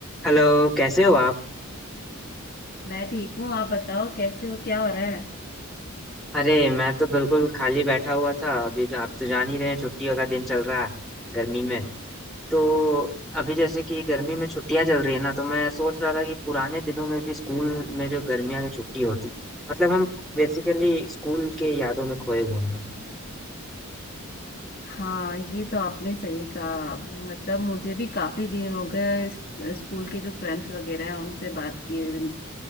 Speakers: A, in the centre; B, on the left (about 45°).
A: Hello कैसे हो आप
B: मैं ठीक हूँ आप बताओ कैसे हो क्या हो रहा है
A: अरे मैं तो बिल्कुल खाली बैठा हुआ था अभी जो आप तो जान ही रहे हैं छुट्टियों का दिन चल रहा है गर्मी में तो अभी जैसे कि गर्मी में छुट्टियां चल रही है ना तो मैं सोच रहा था कि पुराने दिनों में भी स्कूल में जो गर्मियों की छुट्टी होती थी मतलब हम बेसिकली स्कूल के यादों में खोए हुए हैं
B: हाँ ये तो आपने सही कहा मतलब मुझे भी काफी दिन हो गए इस- स्कूल के जो फ्रेंड्स वगैरह हैं उनसे बात किए हुए नहीं।